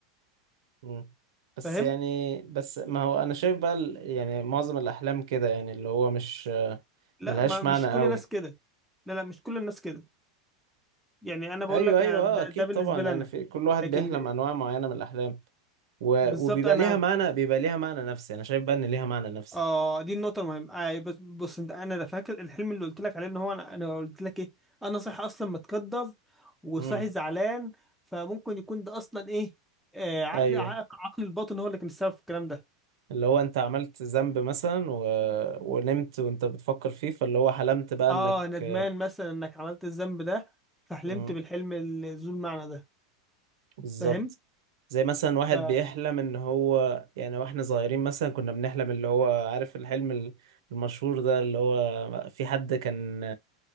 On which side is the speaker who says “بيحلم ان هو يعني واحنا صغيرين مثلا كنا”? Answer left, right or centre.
Right